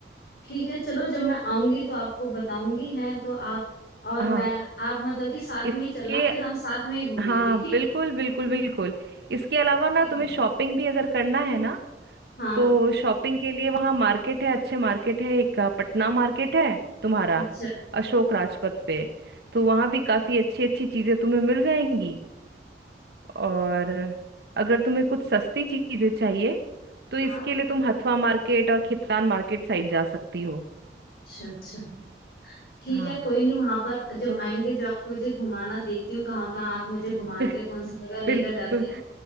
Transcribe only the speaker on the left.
ठीक है चलो जब मैं आऊंगी तो आपको बताऊंगी हैं तो आप और
मैं आप मतलब कि साथ
में ही चलना फिर हम साथ में ही घूमेंगे
ठीक
है
ठीक
है
हाँ
अच्छा
हाँ
अच्छा अच्छा ठीक
है कोई नहीं वहां पर जब
आएंगे जब आप मुझे घुमाना देखती हूँ कहाँ कहाँ आप मुझे घुमाते
हो कौन सी जगह लेकर
जाते हो